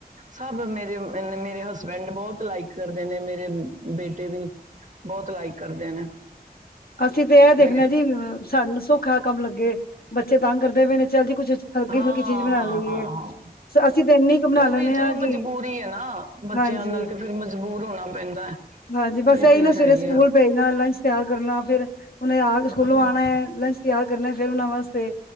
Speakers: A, on the right; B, on the left.
A: ਸਭ ਮੇਰੇ-ਮੇਰੇ ਹਸਬੈਂਡ ਬਹੁਤ ਲਾਈਕ ਕਰਦੇ ਨੇ, ਮੇਰੇ ਬੇਟੇ ਵੀ ਬਹੁਤ ਲਾਈਕ ਕਰਦੇ ਨੇ,
B: ਅਸੀਂ ਤੇ ਇਹ ਦੇਖਣੇ
A: ਮੇਰੇ
B: ਹਾਂ ਜੀ, ਸਾਨੂੰ ਸੌਖਾ ਕੰਮ ਲੱਗੇ ਬੱਚੇ ਤੰਗ ਕਰਦੇ ਪਏ ਨੇ, ਚੱਲ ਜੀ ਕੁੱਛ ਹਲਕੀ-ਫੁਲਕੀ
A: ਹਾਂ, ਹਾਂ,
B: ਚੀਜ਼ ਬਣਾ ਲਈਏ।
A: ਹਾਂ, ਹਾਂ
B: ਸ ਅਸੀਂ ਤੇ ਇੰਨੀ ਕੁ ਬਣਾ
A: ਉਹ
B: ਲੈਂਣੇ
A: ਵੀ,
B: ਆ
A: ਚਲੋ ਮਜਬੂਰੀ
B: ਕਿ
A: ਹੈ ਨਾ, ਬੱਚਿਆਂ
B: ਹਾਂਜੀ,
A: ਨਾਲ, ਤੇ ਫਿਰ ਮਜਬੂਰ, ਹੋਣਾ ਪੈਂਦਾ
B: ਹਾਂਜੀ, ਬਸ
A: ਇਹ
B: ਇਹੀ
A: ਤੇ
B: ਨਾ ਸਵੇਰੇ
A: ਹੈ ਹੀ
B: ਸਕੂਲ
A: ਆ
B: ਭੇਜਣਾ, ਲੰਚ ਤਿਆਰ ਕਰਨਾ ਫਿਰ ਉਹਨੇ ਆ ਕੇ ਸਕੂਲੋਂ
A: ਹਾਂ
B: ਆਉਣਾ, ਲੰਚ ਤਿਆਰ ਕਰਨਾ, ਫਿਰ ਉਹਨਾਂ ਵਾਸਤੇ,